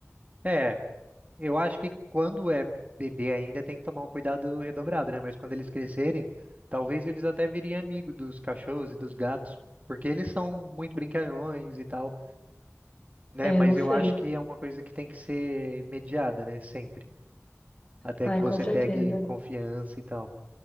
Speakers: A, on the right; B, on the left.
A: É, eu acho que quando é bebê ainda tem que tomar um cuidado redobrado, né? Mas quando eles crescerem, talvez eles até virem amigo dos cachorros e dos gatos, porque eles são muito brincalhões e tal, né?
B: É,
A: Mas
B: não sei.
A: eu acho que é uma coisa que tem que ser mediada, né? Sempre. até
B: Ai,
A: que você
B: com certeza.
A: pegue confiança e tal.